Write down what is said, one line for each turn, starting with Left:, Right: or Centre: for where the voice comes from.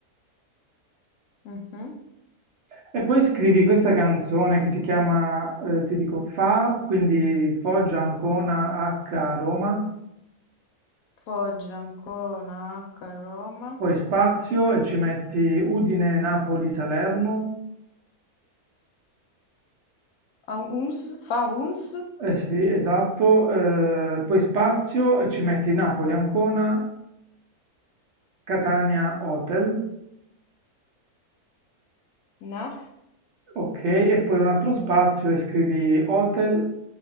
Left: mhm.
Right: E poi scrivi questa canzone che si chiama, eh, ti dico, Fa, quindi Foggia, Ancona, H, Roma.
Left: Foggia, Ancona, Acca, Roma,
Right: Poi spazio e ci metti Udine, Napoli, Salerno.
Left: a Uns, fa Uns,
Right: Eh sì, esatto. eh, poi spazio e ci metti Napoli, Ancona, Catania, Hotel.
Left: nah,
Right: Ok, e poi un altro spazio e scrivi Hotel